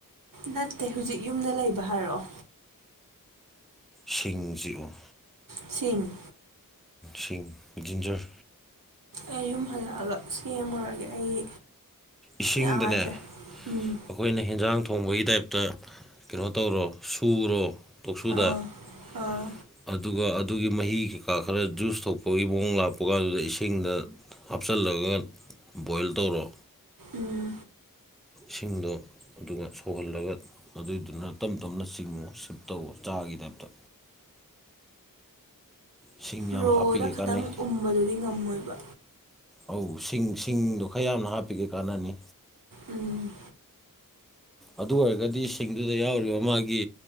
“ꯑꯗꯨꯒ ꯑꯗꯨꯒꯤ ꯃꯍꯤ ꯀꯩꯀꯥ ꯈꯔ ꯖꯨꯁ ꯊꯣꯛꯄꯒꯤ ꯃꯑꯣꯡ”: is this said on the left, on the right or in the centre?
Centre